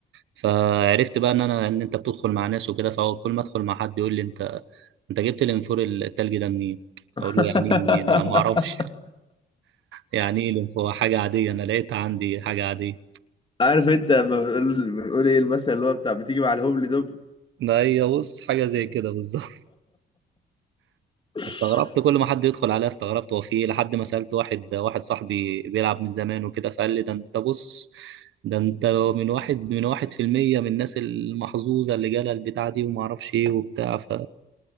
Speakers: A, on the right; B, on the left.
A: فعرفت بقى ان انا ان انت بتدخل مع ناس وكده فكل ما ادخل مع حد يقول لي انت انت جبت الانفور التلج ده منين
B: <laughs>
A: اقول له يعني إيه منين انا ما اعرفش يعني ايه الانفور حاجه عاديه انا لقيتها عندي حاجه عاديه
B: عارف انت لما بنقول بنقول ايه المثل اللي هو بتاع بتيجي مع الهبل دبل
A: ما هي بص حاجه زي كده بالظبط
B: <laughs>
A: استغربت كل ما حد يدخل عليا استغربت هو في ايه لحد ما سألت واحد واحد صاحبي بيلعب من زمان وكده فقال لي ده انت بص ده انت من واحد من واحد في المية من الناس المحظوظة اللي جالها البتاع دي وما اعرفش ايه وبتاع ف...